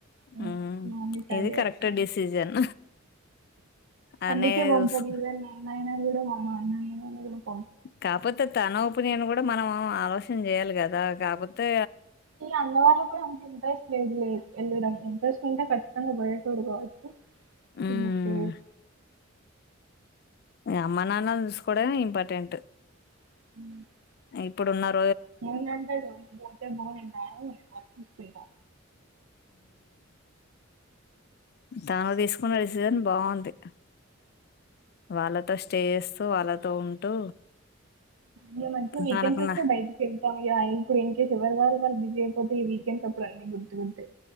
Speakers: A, on the right; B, on the left.
A: మా
B: ఉ
A: మమ్మీకి
B: ఇది
A: అదే
B: కరెక్ట్ డిసిజన్ అనే
A: అందుకే బంపోదు
B: చూస్-
A: నైనా కూడా బొమ్మ అన్నయ విడం మామ
B: కాపోతే తన పనియన్ కూడా మనం ఆలోచన చేయాలి కదా కాపోతే
A: ఇ అన్న వాళ్ళకి కూడా అంత ఇంట్రెస్ట్ లేదు లేదు వెళ్ళడం ఇంట్రెస్ట్ ఉంటే ఖచ్చితంగా పోయేటోడు కావచ్చ చిన్న
B: ఉమ్,
A: స్టేట్
B: అమ్మ నాన్న చూసుకోవడమె ఇంపార్టెంట్
A: <inaudible>
B: ఇప్పుడు ఉన్నార్
A: ఏ అంట దు బోతే బొ నేను నాయనను జసుకుంటా
B: తాను తీసుకున్న డిసిజన్ బాగుంది వాళ్ళతో స్టే చేస్తూ వాళ్ళతో ఉంటూ
A: ఇక మంచిగా వీకెండ్స్
B: తనకున్న
A: చస్తేబయటకి వెళ్తాం ఇక ఇప్పుడు ఇన్ కేస్ ఎవరి వాళ్ళుళ్ళు బిజీ అయిపోతా నాకు అప్పుడు అవన్నీ గుర్తు గుర్తే